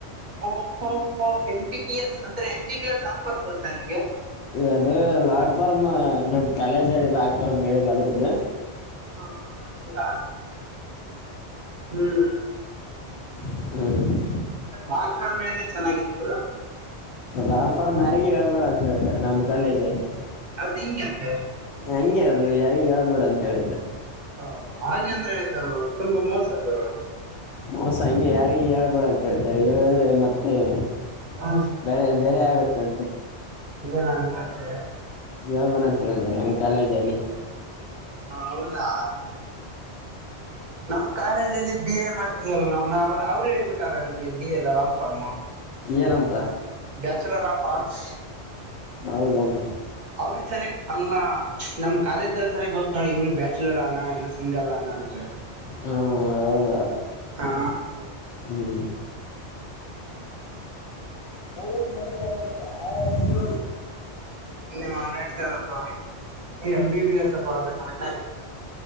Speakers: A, on the right (about 45°); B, on the left (about 75°).
A: ಓಹೋ ಹೋ ಎ ಬಿ ಬಿ ಎಸ್ ಅಂದ್ರೆ ಎ ಬಿ ಬಿ ಎಸ್ ನಾ್ ಫಾರಮ್ ಗೊತ್ತಾ ನಿಮ್ಗೆ
B: ಅದಲ್ಲಾ ಅಕ್ಬಾರಮ್ಮ ನಮ್ ತಲೆ ಜಾರಿಿಲ್ಲ ಅಾಕ್ಬಾರಾಮ ಹೇಳಿಲ್ಲ ಅದ್ರಿಂದ
A: ಹ ಹಿಂಗ ಹ್ಮ
B: ಹ್ಮ್
A: ನಾನ್ಕೊಂಡ್ಬಿದ್ರೆ ಚೆನ್ನಾಗಿತ್ತು ಗುರ
B: ರಾಪರ ಮ್ಯಾರಗಿಗೆ ಹೇಳ್ಬೇಡ ಅಂತ ಹೇಳ ಸರ್ ನಮ್ಮ್ ಕಾಲೇಜ ಅಲ್ಲಿ
A: ಅದು ಹಿಂಗ್ಯಾಕೆ
B: ಹಂಗೆ ಅದು ಯಾರಿಗ ಹೇಳಬೇಡ ಅಂತ ಹೇಳೆ
A: ಹ ಹಾಗೆ ಅಂದ್ರೆ ಇದು ತುಂಬಾ ಮೋಸ ಬರುವ
B: ಮಸ ಹಂಗೆ ಯಾರಿಗೆ ಹೇಳ್ಬೇಡ ಅಂತ ಹೇಳಾರೆ ಹೇಳಿದ್ರೆ ಮತ್ತೆ ಹ್ಮ
A: ಹ್ಮ್,
B: ಬೇರೆ ಬೇರೆ ಆಗತ್ತಂತೆ
A: ಏನಾಗುತ್ತಂತೆ
B: ಹೇಳ್ಬೇಡ ಅಂತ ಹೇಳದಾರ ನಂಗ್ ಕಾಲೇಜ್ ಅಲ್ಲಿ
A: ಹೌದಾ ನಮ್ ಕಾಲೇಜಲ್ಲಿ ಬಿ ಎ ಮಾಡ್ ಇಲ್ಲ ನ ಅವ್ರು ಹೇಳ್ಬಿಟ್ಟಾರೆ ನಮ್ಗೆ ಬಿ ಎದ ಲಾಂಗ್ ಫಾರ್ಮ್
B: ಏನಂತ
A: ಬ್ಯಾಚುಲರ್ ಆಫ್ ಆರ್ಟ್ಸ್
B: ಹೌದಾನ
A: ಅವ್ರ ಸರಿ ಅಲ್ಲ ನಮ್ ಕಾಲೇಜ್ಲ್ಲ ಸನ ಗೌತ್ ನೋಡಿ ಇವನು ಬ್ಯಾಚುಲರ್ ಅನಾ ಇನ್ನುನು ಸಿಂಗಲ್ ಅನಾ ಅಂತ
B: ಆ, ಹೌದಾ
A: ಹಾ
B: ಹ್ಞೂ ಮೂರಕ್ಕ ಮನೆ ಜ ಬಿಟ ಮೂ
A: ನಿಮ್ ನಡತದಪ್ಪಾ ಈ ಎಂ ಬಿ ಬಿ ಎಸ್ ಅಪ್ಪ ಆದ್ರೆ ನಾ